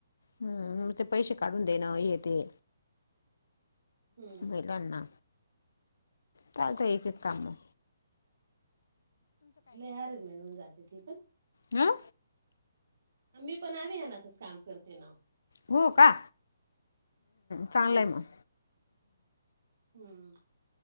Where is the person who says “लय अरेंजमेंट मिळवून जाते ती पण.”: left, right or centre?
Right